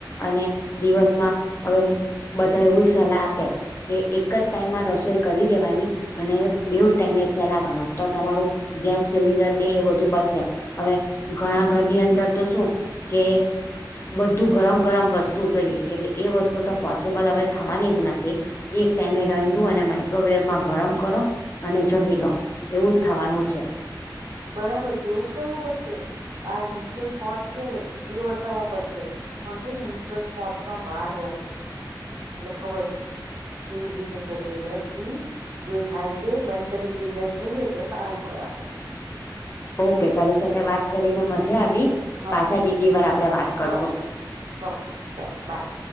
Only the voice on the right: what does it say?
બરાબર છે એવું જ કરવું પડશે આ ઇન્સ્ટન્ટ પોટ છે તે વસાવવા પડશે પણ છે ને ઇન્સ્ટન્ટ પોટમાં વાર લાગે એટલે ખબર નહી કેવી રીતે થશે લેટ સી જે થાય તે મેન્ટલી પ્રિપેર થઈએ તો સારું પડે આપણને
ચાલ
હા
ચોક્કસ, ચોક્કસ. ચાલ બાય.